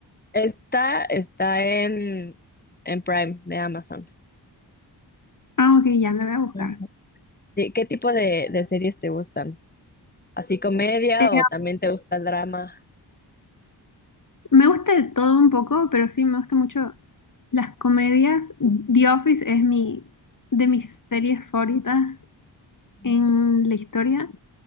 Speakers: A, on the left; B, on the left.
A: está, está en, en Prime de Amazon.
B: Ah, ok, ya, la voy a buscar.
A: Ujú. ¿Y ¿Qué tipo de, de series te gustan? ¿Así comedia
B: Eh,
A: o también te gusta el drama?
B: me gusta de todo un poco, pero sí, me gusta mucho las comedias. The Office es mi, de mis series favoritas.
A: Mm.
B: en la historia.